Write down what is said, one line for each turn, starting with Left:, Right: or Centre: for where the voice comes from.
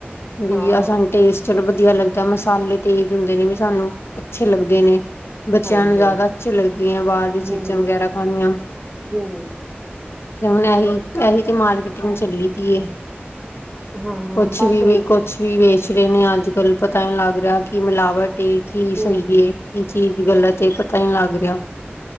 Left: ਬਆ
Centre: ਹਾਂ
Left: ਸਾਨੂੰ ਟਸਟ <unintelligible> ਚਲੋ ਵਧੀਆ ਲੱਗਦਾ ਮਸਾਲੇ ਤੇਜ਼ ਹੁੰਦੇ ਨੇ ਵੀ ਸਾਨੂੰ ਅੱਛੇ ਲੱਗਦੇ ਨੇ ਬੱਚਿਆਂ
Centre: ਹਾਂਜੀ
Left: ਨੂੰ ਜ਼ਿਆਦਾ
Centre: ਹਾਂਜੀ
Left: ਅੱਛੀ ਲੱਗਦੀ ਹੈ ਬਾਹਰ ਦੀ ਚੀਜ਼ਾਂ
Centre: ਹਮ
Left: ਵਗੈਰਾ ਖਾਣੀਆਂ
Centre: ਹਮ
Left: ਤੇ ਹੁਣ ਇਹੀ ਤੇ ਇਹੀ ਮਾਰਕੀਟਿੰਗ ਚੱਲੀ ਦੀ ਹੈ
Centre: ਹਾਂ
Left: ਕੁਛ
Centre: ਬਸ
Left: ਵੀ ਵੀ ਕੁਛ ਵੀ ਵੇ <unintelligible> ਕੁਛ ਰਹੇ ਨੇ ਅੱਜ ਕੱਲ੍ਹ ਪਤਾ ਹੀ ਲੱਗ ਰਿਹਾ ਕੀ ਮਿਲਾਵਟ ਤੇ ਕੀ ਸਹੀਏ
Centre: ਹਮ
Left: ਕੀ ਚੀਜ਼ ਗੱਲਾਂ ਤੇ ਇਹ ਪਤਾ ਹੀ ਲੱਗ ਰਿਹਾ <unintelligible>